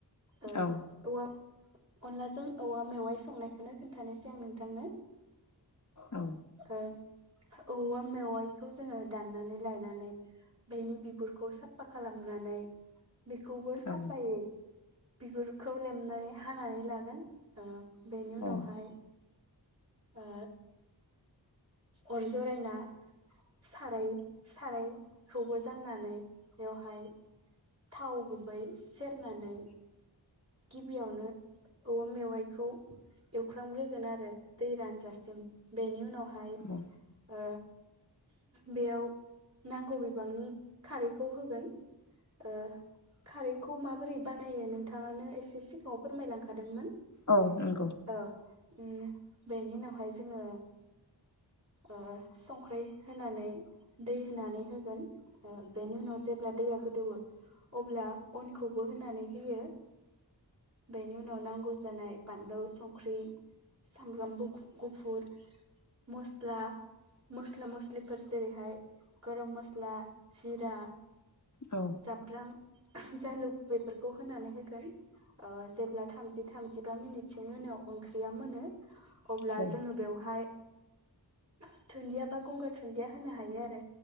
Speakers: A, on the right; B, on the left.
A: ओम
B: औ
A: औवा अनलाजों औवा मेवाइ संनायखौनो खिन्थानोसै आं नोंथांनो।
B: औ
A: ओं औवा मेवाइखौ जोङो दाननानै लायनानै बेनि बिगुरखौ साफा खालामनानै। बेखौबो साफायै।
B: औ
A: बिगुरखौ लेमनानै हानानै लागोन बेनि उनावहाय
B: औ
A: ओ अर जरायना साराय सारायखौबो जाननानै बेवहाय थाव गुबै सेरनानै गिबियावनो औवा मेवाइखौ एवख्रामग्रोगोन आरो दै रानजासिम बेनि उनावहाय ओमफ्राय
B: औ
A: ओ बेयाव नांगौ बिबांनि खारैखौ होगोन। ओ खारैखौ माबोरै बानायो नोंथाङानो एसे सिगाङाव फोरमायलांखादोंमोन।
B: औ नंगौ,
A: औ उम बेनि उनावहाय जोङो ओ संख्रि होनानै दै होनानै होगोन बेनि उनाव जेब्ला दैया गोदौवो अब्ला अनखौबो होनानै होयो बेनि उनाव नांगौ जानाय बानलु संख्रि सामब्राम गुफुर मस्ला-मस्ला मस्लिफोर जेरैहाय गरम मस्ला जिरा
B: औ
A: जाब्रां जालुक बेफोरखौ होनानै होगोन ओ जेब्ला थामजि थामजिबा मिनिटसोनि उनाव ओंख्रिया मोनो। अब्ला
B: औ
A: जोङो बेवहाय दुनन्दिया बा गंगार दुनन्दिया होनो हायो आरो।